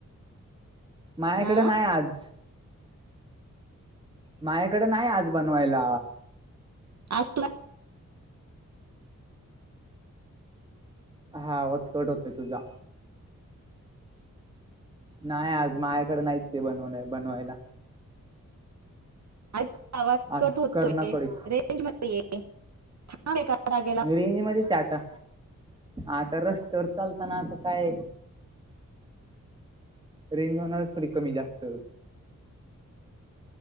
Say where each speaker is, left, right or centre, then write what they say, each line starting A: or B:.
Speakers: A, on the right; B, on the right.
A: माझ्याकडे
B: हा
A: नाही आज. माझ्याकडे नाही आज बनवायला.
B: आज
A: हा आवाज कट होतेय तुझा. नाही आज माझ्याकडे नाहीचये बनवण्या बनवायला.
B: अरे तुझा आवाज
A: आज
B: कट होतोय.
A: कर्णाकडे
B: रेंज मध्ये ये. थांब एका जागेवर
A: मी रेंज मध्येच आहे आता. आता रस्त्यावर चालताना आता काय रेंज होणारच थोडी कमी जास्त.